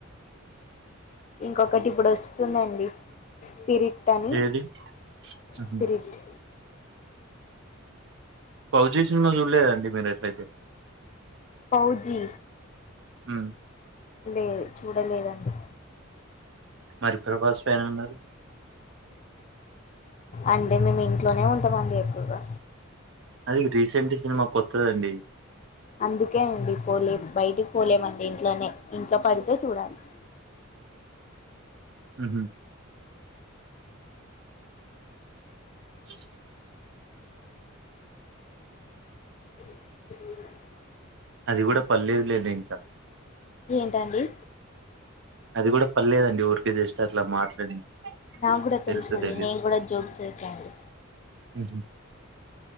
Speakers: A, on the left; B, on the right.
A: ఇంకొకటి ఇప్పుడు వస్తుందండి స్పిరిట్ టనీ
B: ఏది
A: స్పిరిట్
B: మ్మ్. ఫౌజి సినిమా చూడలేదండి మీరు అట్లైతే
A: పౌజి
B: ఉమ్
A: లేదు చూడలేదండి
B: మరి ప్రభాస్ ఫ్యాన్ అన్నారు
A: అంటే మేము ఇంట్లోనే ఉంటామండి ఎక్కువగా
B: అది రీసెంట్ సినిమా కొత్తదండి
A: అందుకే అండి పోలే బయటికి పోలేమండి ఇంట్లోనే ఇంట్లో పడితే చూడాలి <inaudible>
B: ఊహు <inaudible>
A: <inaudible>
B: అది కూడా పర్లేదులే అండి ఇంకా
A: ఏంటండి
B: ఇది కూడా పల్లేేదు అండి ఊరు జస్ట్ అట్లా మాట్లాడిన
A: నాకు కూడా
B: తెల్సో
A: తెలుసండి
B: తెలీద్
A: నేను కూడా జోక్ చేశాండి
B: ఊహు